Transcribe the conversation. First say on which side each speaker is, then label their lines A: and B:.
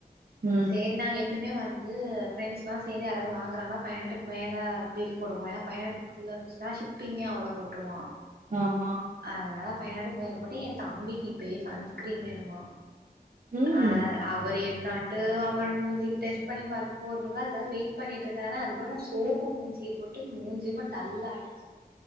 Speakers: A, on the right (about 55°); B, on the right (about 80°).
A: ம்
B: சேரி நாங்க எப்புயுமே வந்து ஃப்ரென்ட்ஸ்லா சேந்து யாராது வாங்காரானா ஃபை ஹண்டர்டுக்கு மேலே பில் போடுவோ ஏனா ஃபைவ் ஹண்டர்க்குள்ள இருந்துச்சுனா ஷிப்பிங்யே அவ்ளோ போட்ருவா
A: ஆமா
B: அதனால ஃபைவ் ஹண்ட்ர் மேல போட்டு என் தம்பிக்கு இப்பயே சன்ஸ்கிரீம் வேணுமா
A: ம்
B: அ அவர் என்னாட்டு அவர் மூஞ்சிகிட்ட செக் பண்ணி பாத்துட்டு போறதுக்குல்ல அதுக்காக வெயிட் பண்ணிட்ருக்க ஆனா அதுக்குள்ள நா சோப்பு மூஞ்சிக்கு போட்டு மூஞ்சி இம்மன் டல்லா ஆயிடுச்சு